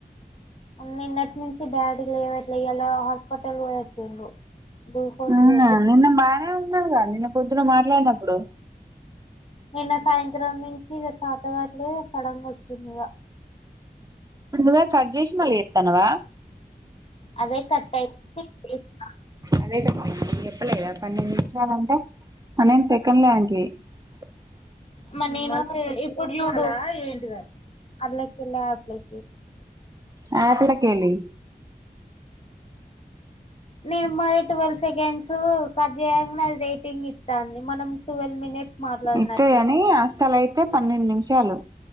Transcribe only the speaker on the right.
అవునా
నిన్న బానే న్నాగా నిన్న పొద్దున మాట్లాడినప్పుడు
ఇప్పుడు నువ్వే కట్ చేేసి మళ్ళీ చేస్తానవ
అదే చెప్పలేదా పన్నెండు నిమిషాలంటే పన్నెండు సెకండ్లే <unintelligible>
<unintelligible> కేలి
ఇంతయ్యని అస్సల అయి పన్నెండు నిమిషాలు